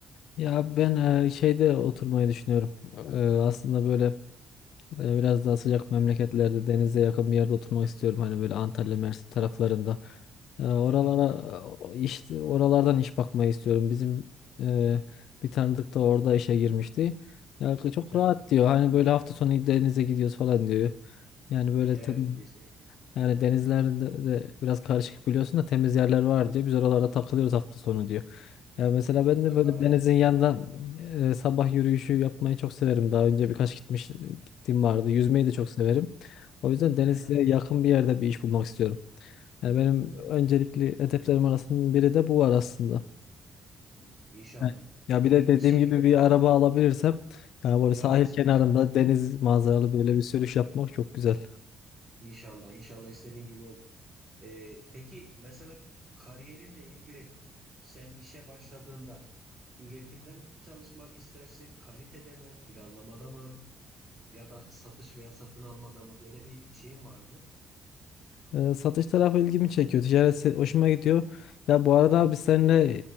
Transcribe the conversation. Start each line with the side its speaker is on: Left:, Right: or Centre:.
Left: ya ben e, şeyde oturmayı düşünüyorum. E, aslında böyle Böyle biraz daha sıcak memleketlerde denize yakın bir yerde oturmak istiyorum. Hani böyle Antalya, Mersin taraflarında. Ee, oralara
Right: <laughs>
Left: o- işte oralardan iş bakmayı istiyorum. Bizim e, bir tanıdık da orada işe girmişti. Ya çok
Right: Aha.
Left: rahat diyor. Hani böyle hafta sonu denize gidiyoruz falan diyor. Yani böyle
Right: Evet
Left: tem-
Right: kesinlikle.
Left: yani denizlerde de biraz karışık biliyorsun da temiz yerler var diyor. Biz oralarda takılıyoruz hafta sonu diyor. Ya mesela ben
Right: Mutlaka
Left: de böyle
Right: vardır.
Left: denizin yanında e, sabah yürüyüşü yapmayı çok severim. Daha önce birkaç gitmiş gittiğim vardı. Yüzmeyi de çok
Right: Evet.
Left: severim. O yüzden denize
Right: Aha.
Left: yakın bir yerde bir iş bulmak istiyorum. Yani benim öncelikli hedeflerim arasında biri de bu var aslında.
Right: Hmm, İnşallah.
Left: Evet. Ya
Right: Peki
Left: bir de dediğim
Right: şey
Left: gibi
Right: diyeceğim.
Left: bir araba alabilirsem yani böyle
Right: Evet
Left: sahil kenarında
Right: inşallah.
Left: deniz manzaralı böyle bir sürüş yapmak çok güzel.
Right: İnşallah. inşallah istediğin gibi olur. Ee, peki mesela kariyerinle ilgili sen işe başladığında üretimde mi çalışmak istersin, kalitede mi, planlamada mı ya da satış veya satın almada mı böyle bir şeyin var mı?
Left: E, satış tarafı ilgimi çekiyor. Ticaret se- hoşuma gidiyor. Ya bu arada
Right: <laughs>
Left: abi biz seninle